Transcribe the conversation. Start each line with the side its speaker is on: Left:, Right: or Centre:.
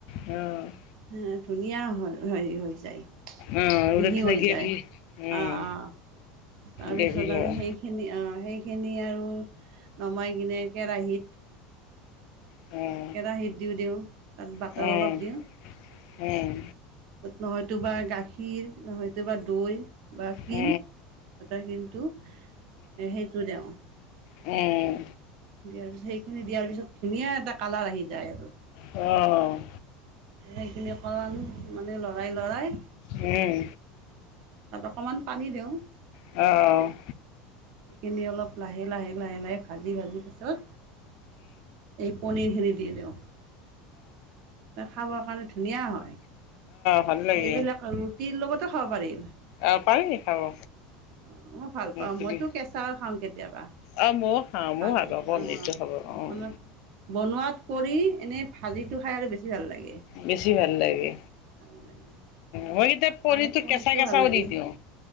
Left: অ'।
Right: হ ধুনীয়া হৈ হেৰি হৈ যায়।
Left: অহ
Right: মিহি
Left: ৰুটিত
Right: হৈ
Left: গেভি
Right: যায়,
Left: উম
Right: অ', অ', তাৰপিছত
Left: গেভি হয়
Right: আৰু সেই খিনি অ', সেইখিনি আৰু নমাই কিনে কেৰাহীত
Left: অ'।
Right: কেৰাাহীত দি দিওঁ, তাত বাটাৰ
Left: অ',
Right: অলপ দিওঁ।
Left: উম,
Right: নহয়তো বা গাখীৰ নহয়তো বা দৈ। বা ক্ৰীম
Left: অ',
Right: বাটাৰ ক্ৰীমটো, সেইটো দিওঁ।
Left: উম।
Right: দিয়াৰ পিছত সেইখিনি দিয়াৰ পিছত ধুনীয়া এটা কালাৰ আহি যায় আৰু।
Left: অ'।
Right: সেইখিনি অকমান মানে লৰাই লৰাই
Left: উম।
Right: তাত অকণমান পানী দিওঁ।
Left: অ'।
Right: সেইখিনি অলপ লাহে লাহ লাহে লাহে ভাজি ভাজি পিছত। এই পনীৰ খিনি দি দিওঁ। খাবৰ কাৰণে ধুনীয়া হয়,
Left: ভাল লাগে
Right: এইবিলাক আৰু তিৰ ল'গটো খাব পাৰিম।
Left: অ', পাৰি খাব।
Right: অ', মই ভাল পাওঁ
Left: তুলি
Right: মইতো কেঁচাও খাওঁ কেতিয়াবা,
Left: অ', ময়ো খাওঁ
Right: ভাজি
Left: ময়ো ভাল পাওঁ পনীৰটো
Right: অ'।
Left: খাব অ', উম,
Right: মানে বনোৱাত কৰি এনেই ভাজিটো খাই আৰু বেছি ভাল লাগে।
Left: বেছি ভাল লাগে,
Right: ভাল লাগে
Left: মই কেতিয়াবা পনীৰটো
Right: পালেক
Left: কেঁচা কেঁচাও
Right: ভাল লাগে
Left: দি দিওঁ।